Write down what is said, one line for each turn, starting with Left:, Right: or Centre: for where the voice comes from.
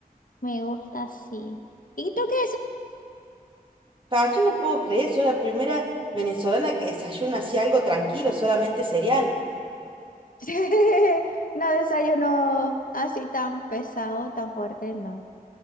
Left: me gusta así. ¿Y tú qué
Right: Pa, yo no puedo creer, soy la primera venezolana que desayuna así algo tranquilo, solamente cereal.
Left: desayunaste? <laughs> No desayuno así tan pesado, tan fuerte, no.